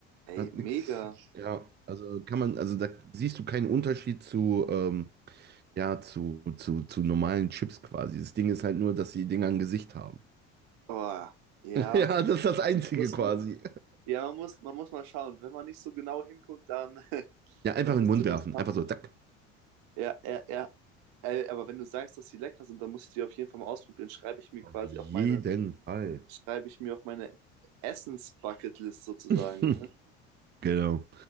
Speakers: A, on the right (about 65°); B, on the right (about 30°).
A: Ey,
B: hat
A: mega.
B: nichts, ja, also kann man, also da siehst du keinen Unterschied zu, ähm, ja, zu, zu, zu normalen Chips quasi. Das Ding ist halt nur, dass die Dinger ein Gesicht haben.
A: Oh, ja.
B: <laughs> Ja, das ist das Einzige
A: Muss
B: quasi.
A: man, ja, man muss, man muss mal schauen. Wenn man nicht so genau hinguckt, dann, <laughs>
B: Ja, einfach
A: dann
B: in
A: müsste
B: den Mund
A: das
B: werfen.
A: passen.
B: Einfach so, zack.
A: Ja, ja, ja. Äh, aber wenn du sagst, dass sie lecker sind, dann muss ich die auf jeden Fall mal ausprobieren. Schreibe ich mir
B: Auf
A: quasi
B: jeden
A: auf meine,
B: Fall.
A: schreibe ich mir auf meine Essens-Bucketlist sozusagen,
B: <laughs>
A: ne?
B: Genau.